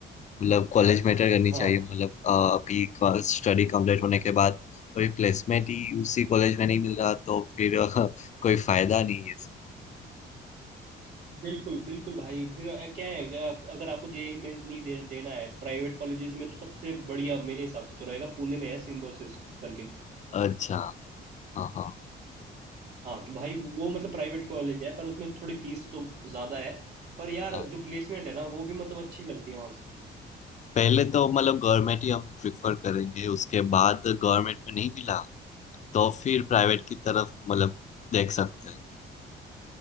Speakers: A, on the left; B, on the right.
A: मतलब कॉलेज मैटर करनी
B: हाँ
A: चाहिए मतलब अ, अभी स्टडी कंप्लीट होने के बाद कोई प्लेसमेंट ही उसी कॉलेज में नहीं मिल रहा तो फिर <laughs> अ, कोई फायदा नहीं है सर
B: बिल्कुल बिल्कुल भाई फिर अ, क्या है अगर आप- अगर आपको जेई मेंस नहीं दे, देना है तो प्राइवेट कॉलेजेस में तो सबसे बढ़िया मेरे हिसाब से तो रहेगा पुणे में है सिम्बोसिस करके
A: अच्छा हाँ हाँ
B: हाँ तो भाई वो मतलब प्राइवेट कॉलेज है पर उसमें थोड़ी फीस तो ज़्यादा है पर यार
A: हाँ
B: जो प्लेसमेंट है ना वो भी मतलब अच्छी लगती है वहाँ से
A: पहले तो मतलब गवर्नमेंट ही हम प्रिफर करेंगे उसके बाद गवर्नमेंट में नहीं मिला तो फिर प्राइवेट की तरफ मतलब देख सकते हैं